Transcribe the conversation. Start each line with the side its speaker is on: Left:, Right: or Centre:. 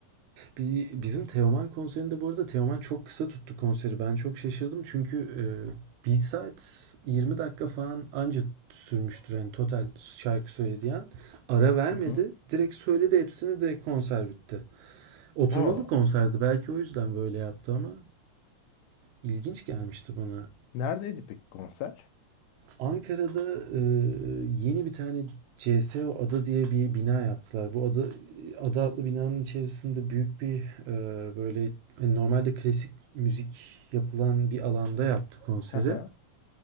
Right: Bi- Bizim Teoman konserinde bu arada Teoman çok kısa tuttu konseri. Ben çok şaşırdım çünkü e, 1 saat 20 dakika falan anca sürmüştür hani total şarkı söylediği an. Ara vermedi.
Left: Hı hı.
Right: Direkt söyledi hepsini direkt konser bitti. Oturmalı
Left: Oo.
Right: konserdi. Belki o yüzden böyle yaptı ama ilginç gelmişti bana.
Left: Neredeydi peki konser?
Right: Ankara'da e, yeni bir tane CSO Ada diye bir bina yaptılar. Bu ada, ada adlı binanın içerisinde büyük bir e, böyle hani normalde klasik müzik yapılan bir alanda yaptı konseri.
Left: Hı hı.